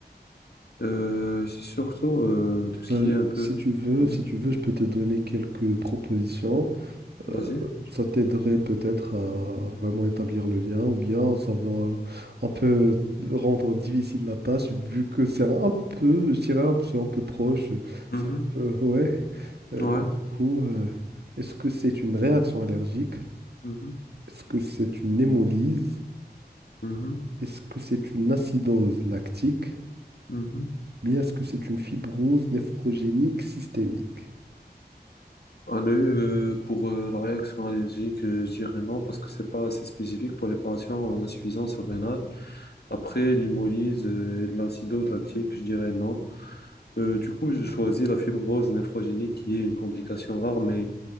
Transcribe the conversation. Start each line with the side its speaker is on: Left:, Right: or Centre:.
Left: Euh, c'est surtout euh, tout ce
Right: Ben,
Left: qui est un peu...
Right: si tu veux,
Left: Ouais,
Right: si tu veux, je peux te donner quelques propositions.
Left: vas-y.
Right: euh, ça t'aiderait peut-être à vraiment établir le lien, ou bien ça va un peu rendre difficile la tâche, vu que c'est un peu, je dirais, un- c'est un peu proche,
Left: Mhm.
Right: c'est un peu- <laughs> ouais. Euh,
Left: Ouais.
Right: bah, du coup, euh, est-ce que c'est une réaction allergique?
Left: Mhm.
Right: Est-ce que c'est une hémolyse?
Left: Mhm,
Right: Est-ce que c'est une acidose lactique?
Left: mhm.
Right: Bien, est-ce que c'est une fibrose nephrogénique systémique?
Left: Allez, euh, pour euh, la réaction allergique, euh, je dirais non parce que c'est pas assez spécifique pour les patients en insuffisance rénale. Après, l'hémolyse euh, et de l'acidose lactique, je dirais non. Euh, du coup, je choisis la fibrose néphrogénique qui est une complication rare mais